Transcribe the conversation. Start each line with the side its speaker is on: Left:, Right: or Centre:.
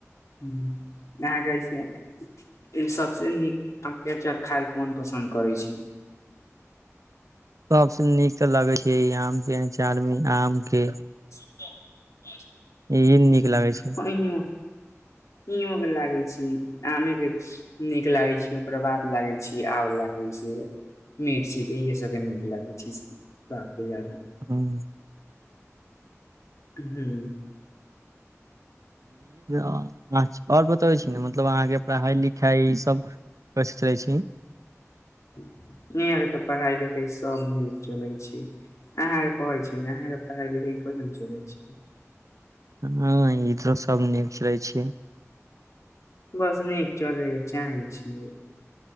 Left: हूँ अहाँके अइसे <unintelligible> इ सबसे नीक आमके अचार खायल कोन पसन्द करै छी? <inaudible>
Right: सबसे नीक त‌ऽ लागय छैय ई आम के अचार में आम के
Left: <unintelligible>
Right: इहे नीक लगे छै
Left: के लागे छी आमे के नीक लागे छी ओकरा बाद लागे छी आबला मिर्ची के इहे सबके नीक लागे छैय काफी जादा
Right: हँ
Left: हू
Right: आ और बतबै छी ने मतलब अहाँ के पढ़ाइ लिखाइ सभ कछ चलै छी?
Left: इहके तऽ पढ़ाइ लिखाइ सभ नीक चलै छैय। अहाँ के कहइ छि ने अहाँ के पढ़ा लिखा कथन चल छी?
Right: हँ इधरो सभ निक चलय छैय।
Left: बस नीक चलयके चाही छियै।